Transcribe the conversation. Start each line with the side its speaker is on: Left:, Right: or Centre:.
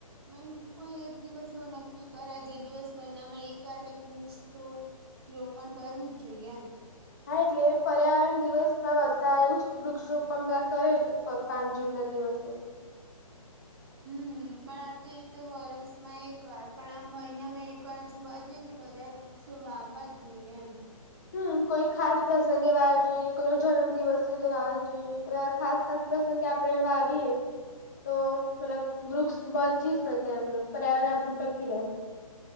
Right: મીન્સ કોઈ એક દિવસ એવો નક્કી કરાય જે દિવસ મહિનામાં એકવાર એક વૃક્ષ તો રોપણ કરવું જ જોઈએ એમ.
Left: હા એટલે પર્યાવરણ દિવસમાં બધા એવું જ વૃક્ષારોપણ બધા કરે પાંચ જૂન ના દિવસે.
Right: હમ પણ આ તો એ તો વરસમાં એક વાર પણ આમ મહિનામાં એક વાર જોવા જઈએ. તો બધા વૃક્ષો વાવવા જ જોઈએ એમ.
Left: હમ કોઈ ખાસ પ્રસંગે વાવા જોઈએ કોઈ નો જન્મ દિવસ હોય તો વાવા જોઈએ. ખાસ ખાસ પ્રસંગે આપડે વાવીએ તો મતલબ વૃક્ષ બચી શકે એમ પર્યાવરણ આપડું ટકી રહે.